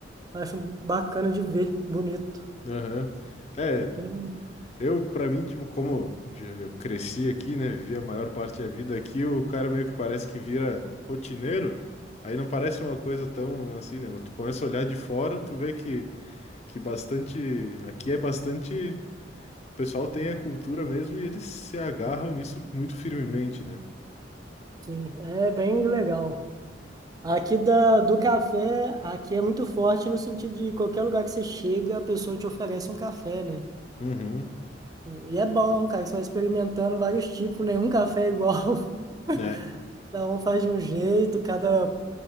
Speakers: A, on the right (about 20°); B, on the left (about 35°).
A: Acho bacana de ver, bonito.
B: Aham. É,
A: Aqui não.
B: eu, pra mim, tipo, como já- eu cresci aqui, né, vivi a maior parte da vida aqui, o cara meio que parece que vira rotineiro. Aí não parece uma coisa tão assim, né? Mas tu começa a olhar de fora, tu vê que, que bastante. Aqui é bastante O pessoal tem a cultura mesmo e eles se agarram nisso muito firmemente, né?
A: Sim, é bem legal. Aqui da, do café, aqui é muito forte no sentido de qualquer lugar que você chega, a pessoa te oferece um café, né?
B: Uhum,
A: E é bom, cara, que você vai experimentando vários tipos, nenhum café é igual. <laughs>
B: né?
A: Cada um faz de um jeito, cada A